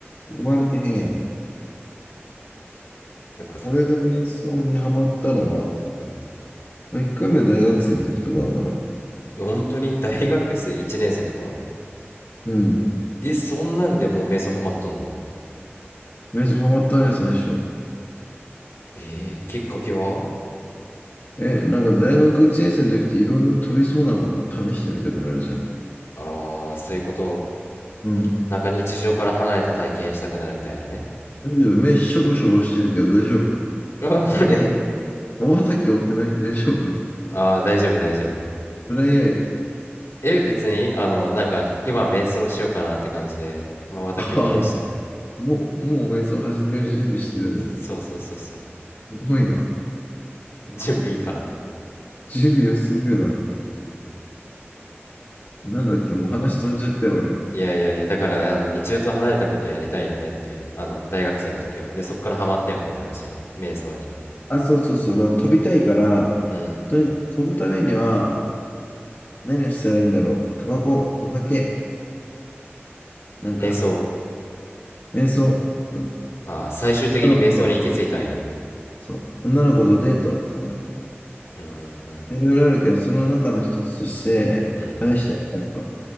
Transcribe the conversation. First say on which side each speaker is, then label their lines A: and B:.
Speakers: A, on the left; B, on the left.
A: 生まれてへんやろ。
B: そっかそっか
A: 俺が瞑想にハマったのは、
B: うん
A: まあ、1回目大学生の時とかだから。
B: 本当に大学生1年生とか
A: うん。
B: えそんなんでもう瞑想ハマっとんの
A: 瞑想ハマったね、最初。
B: えー、きっかけは
A: え、なんか大学1年生の時っていろんな飛びそうなこと試してみたくなるじゃん。
B: ああーそういうこと
A: うん。
B: なんか日常から離れた体験したくなるみたいなね
A: 大丈夫、目しょぼしょぼしてるけど大丈夫。
B: あ俺
A: 瞬き多くない大丈夫
B: ああ、大丈夫、大丈夫。
A: トライアイ。
B: え、別に、あの、なんか、今、瞑想しようかなって感じで、瞬きを多めにしてる。
A: ああ、もう、もう瞑想始める準備してるんだ。
B: そうそうそうそう。
A: すごいな。
B: 準備いいからね。
A: 準備良すぎるな。
B: うん。
A: なんだっけ、もう話飛んじゃったよ、俺。
B: いやいやいや、だから、あの、日常と離れたことやりたいよねっていう、あの、大学生の時は。で、そっからハマったよねって話、ね瞑想に。
A: あ、そうそうそう。だから飛びたいから、
B: うん。
A: とにかく飛ぶためには、何をしたらいいんだろう。タバコ、お酒、なんか、
B: 瞑想。
A: 瞑想とか、
B: ああ、最終的に瞑想に行き着いたんや。
A: 女の子と、そう、女の子とデートとか、
B: うんうんうん。
A: いろいろあるけど、その中の一つとして、
B: うん。
A: 試したよ、やっぱ。